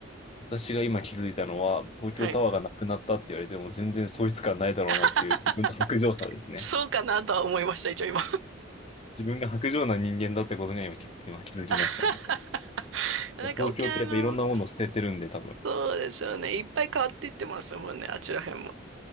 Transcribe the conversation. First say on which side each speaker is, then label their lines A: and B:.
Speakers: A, on the left; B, on the right.
A: 私が今気づいたのは、東京タワーがなくなったって言われても全然喪失感ないだろうなっていう自分の薄情さですね。
B: はい。<laughs> そうかなとは思いました、一応今。
A: 自分が薄情な人間だってことには今気今気づきましたね。
B: <laughs> なんか沖縄の、
A: 東京ってやっぱいろんなものを捨ててるんで、多分。
B: そうでしょうね。いっぱい変わっていってますもんね、あちら辺も。